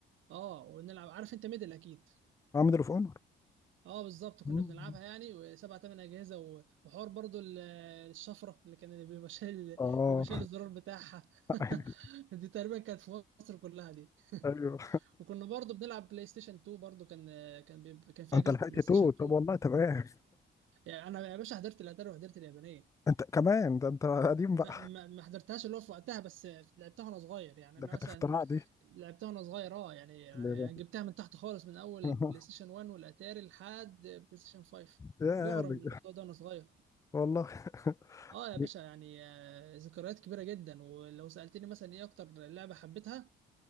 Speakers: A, on the right; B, on the left.
A: اه ونلعب عارف انت ميدل اكيد
B: عامل اوف اونر
A: اه بالظبط كنا
B: مم.
A: بنلعبها يعني وسبع تمن اجهزه و- وحوار برضو ال- الشفره اللي كان اللي بيبقى <laughs> شايل
B: اه
A: بيبقى شايل الزرار بتاعها
B: <laughs>
A: <laughs> دي تقريبا كانت في مصر كلها دي
B: ايوه
A: وكنا برضو بنلعب بلاي ستيشن 2 برضو كان كان بيب- كان في
B: انت
A: اجهزه
B: لحقت
A: بلاي
B: توت
A: ستيشن 2
B: طب والله تمام
A: يعني انا يا باشا حضرت الاتari وحضرت اليابانيه
B: انت كمان ده انت قديم بقى
A: ب- ما ما حضرتهاش اللي هو في وقتها بس لعبتها وانا صغير يعني
B: ده
A: انا
B: كانت
A: مثلا
B: اختراع دي
A: لعبتها وانا صغير اه يعني يعني
B: اللي
A: جبتها من تحت خالص من اول
B: <laughs>
A: بلاي ستيشن 1 والاتاري لحد بلاي ستيشن 5
B: يا
A: مغرم
B: بج...
A: بالموضوع ده وانا صغير
B: والله
A: اه يا
B: <laughs>
A: باشا يعني آه، ذكريات كبيره جدا ولو سالتني مثلا ايه اكتر لعبه حبيتها